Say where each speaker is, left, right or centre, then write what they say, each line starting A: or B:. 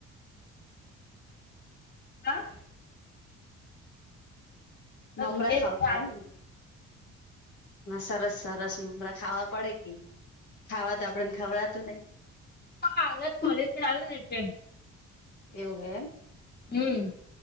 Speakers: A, on the left; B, on the left.
A: હા
B: મમરા
A: અ
B: ખાવ છો એમ સરસ સરસ મમરા ખાવા પડે કે ખાવા તો આપડે ને ખવડાતું નઈ
A: હ હત કોલેજથી ચાલુ એટલે
B: એવું હેમ
A: હમ